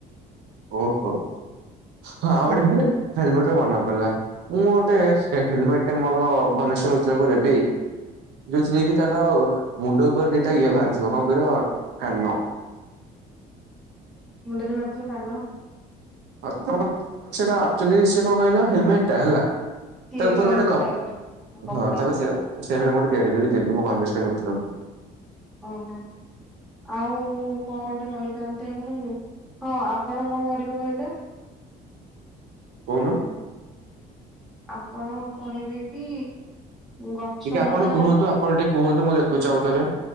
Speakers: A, on the right; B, in the centre.
A: ଓହୋ ହଁ ଆଉ
B: ଆଜ୍ଞା
A: ଗୋଟେ <unintelligible> ହେଲମେଟ୍ ରୁ ମନ ପଡ଼ିଲା ମୁଁ ଗୋଟେ ସ୍ପେ ହେଲମେଟ୍ ଟେ ମୋର ଘନିଷ୍ଠ ମିତ୍ରଙ୍କୁ ଦେବି ଯୋଉଥିରେ କି ତାର ମୁଣ୍ଡ ଉପରେ ଦିଟା ଇଏ ଭାରିଥିବ କଁ କରିଅ କାନ।
B: ମୁଣ୍ଡରେ ଭାରୁଥୁବ କାନ?
A: ହଁ ତ ତମେ ସେଇଟା ଏକ୍ଟୁଆଲି ସେ କଁ କହିଲ ହେଲମେଟ୍ ଟା ହେଲା।
B: ତିଆରି
A: ତା ଓପରେ
B: କରନ୍ତି
A: ଗୋଟେ କ
B: ତା ଉପରେ କପଡାର
A: ହଁ ତାକୁ ସେଇଆଉ ସେଇ ଭଳିଆ ଗୋଟେ ତିଆରି କରକି ଦେଇଦେ ମୋ ଘନିଷ୍ଠ ମିତ୍ରଙ୍କୁ।
B: ଓହୋ ଆଉ କଣ ଗଟେ କହିଥାନ୍ତି ଆପଣଙ୍କୁ? ହଁ ଆପଣ କଁ କରିବେ କହିଲେ
A: କୋହୁନ।
B: ଆପଣ କହିବେ କି ଗଛ
A: ଇକେ
B: ଲଗା
A: ଆପଣ କୁହନ୍ତୁ ଆପଣ ଟିଏ କୁହନ୍ତୁ ମୁଁ ଦେଖୁଚି ଆଉ ଥରେ।